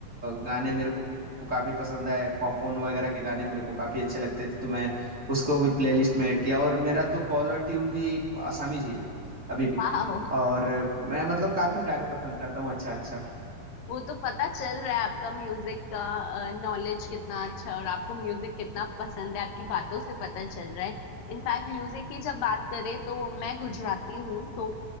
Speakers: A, on the right; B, on the left.
A: गाने मेरे को काफी पसंद है पॉपकॉर्न वगैरह के गाने मेरे को काफी अच्छे लगते थे तो मैं उसको भी प्लेलिस्ट में ऐड किया और मेरा तो कॉलर ट्यून भी आसामीज ही है अभी भी
B: वाह
A: और मैं मतलब काफी गाने पसंद करता हूँ अच्छा अच्छा
B: वो तो पता चल रहा है आपका म्यूजिक का नॉलेज कितना अच्छा है और आपको म्यूजिक कितना पसंद है आपकी बातों से पता चल रहा है इनफैक्ट म्यूजिक की जब बात करें तो मैं गुजराती हूँ तो